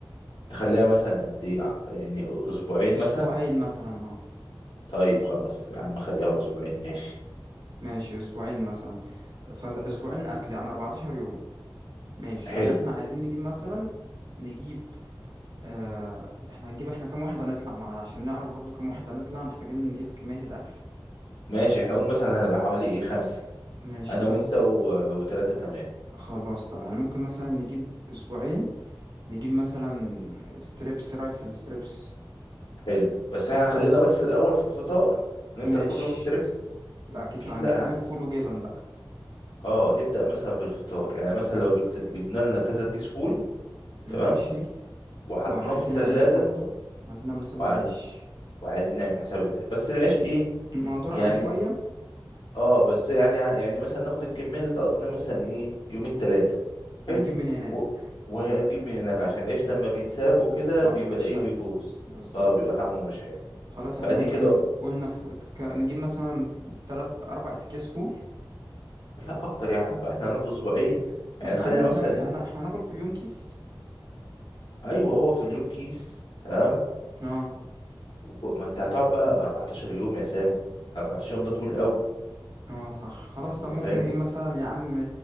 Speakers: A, on the left; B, on the right.
A: تخليها مثلا قد ايه ع- يعني أسبوعين
B: اسبوعين
A: مثلا
B: مثلا اه
A: طيب خلاص يا عم خليها أسبوعين ماشي
B: ماشي اسبوعين مثلا فاسبوعين اكل يعني 14 يوم ماشي
A: حلو
B: يعني احنا عايزين نجيب مثلا نجيب آه احنا هنجيب احنا كام واحد هنطلع معانا عشان نعرف برضو كام واحد هنطلع محتاجين نجيب كمية الاكل
A: ماشي احنا قلنا مثلا هنبقى حوالي ايه خمسة
B: ماشي
A: أنا
B: خمسة
A: وأنت و... وتلاتة كمان
B: خلاص طب انا ممكن مثلا نجيب اسبوعين نجيب مثلا ستريبس رايك في الستريبس
A: حلو بس احنا خلينا بس الأول في الفطار هنفطر
B: ماشي
A: كل يوم ستريبس
B: لا اكيد
A: أكيد
B: طبعا
A: لأ
B: عايزين فول وجبن بقى
A: اه نبدأ مثلا بالفطار يعني مثلا لو جبت جبنا لنا كذا كيس فول
B: ماشي
A: تمام وحطيناه
B: وعايزين
A: في التلاجة
B: عيش برضو عايزين نعمل حساب
A: وعاي...
B: العيش
A: وعايزين نعمل حساب العيش بس العيش ايه
B: مقدور
A: يعني
B: عليه شوية
A: اه بس يعني يعني مثلا ناخد الكمية اللي تقضينا مثلا ايه يومين تلاتة
B: ونجيب
A: حلو
B: من هناك
A: و... ونجيب من هناك عشان العيش لما بيتساب وكده
B: اه
A: بيبقى
B: بيبقاش
A: ايه
B: حلو
A: بيبوظ
B: بالظبط
A: اه بيبقى طعمه مش حلو
B: خلاص احنا
A: فادي
B: ممكن
A: كده
B: قلنا ف... ك... نجيب مثلا تلات اربع اكياس فول
A: لا اكتر يا عم بقى احنا هنقعد اسبوعين يعني
B: ما احنا
A: خلي
B: عادي احنا
A: مثلا
B: هن-
A: ايه
B: احنا هناكل في اليوم كيس
A: ايوه هو في اليوم كيس تمام
B: اه
A: وك- ما انت هتقعد بقى 14 يوم يا سامي 14 يوم ده طويل قوي
B: اه صح خلاص
A: انت
B: طب ممكن
A: فاهمني
B: نجيب مثلا يا عم